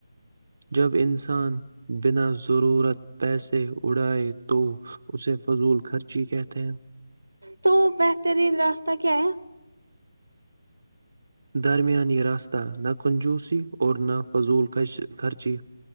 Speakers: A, on the right (about 60°); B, on the right (about 80°).
A: جب انسان بنا ضرورت پیسے اڑائے تو اسے فضول خرچی کہتے ہیں
B: تو بہترین راستہ کیا ہے
A: درمیان یہ راستہ ن <unintelligible> کنجوسی اور نہ فضول خرچی